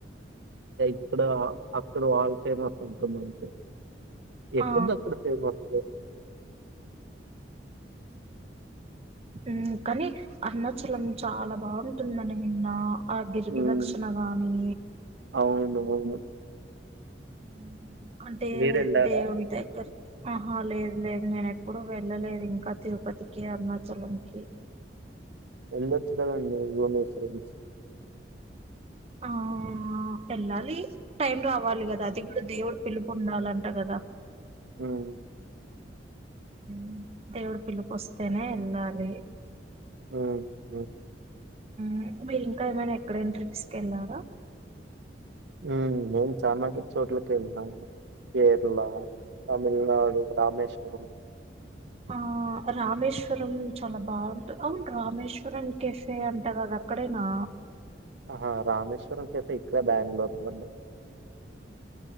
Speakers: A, on the right; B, on the right.
A: అక్కడ అక్కడ వాల్చైనాస్ ఉంటుందంటే ఎక్కడిది
B: ఆ
A: అక్కడ ఫేమస్
B: ఉమ్ కాని అరుణాచలం చాలా బావుంటుందని విన్నా ఆ గిరి
A: హ్మ్.
B: ప్రదక్షణగానీ
A: అవునవును.
B: మ్ అంటే
A: మీరెళ్లారా?
B: దేవుడి దగ్గర ఆహా లేదు లేదు నేను ఎప్పుడూ వెళ్ళలేదు ఇంకా తిరుపతికి అరుణాచలంకి
A: ఎల్లోచ్చు కదండీ భువనేశ్వర <inaudible>
B: ఆ వెళ్ళాలి టైం రావాలి కదా అది కూడా దేవుడు పిలుపు ఉండాలంట కదా
A: మ్
B: మ్ దేవుడు పిలుపొస్తేనే ఎల్లాలి
A: ఆ ఆ
B: మ్ మీరింకా ఏమైనా ఎక్కడైనా ట్రిప్స్ కెళ్ళారా
A: నేను <unintelligible> వెళ్ళినాను కేరళ తమిళనాడు రామేశ్వరం
B: ఆ రామేశ్వరం చాలా బావుంటు అవును రామేశ్వరం కెఫే అంటారదక్కడేనా
A: ఆహా రామేశ్వరం కెఫే ఇక్కడ బ్యాంగ్ళూర్ లో అండి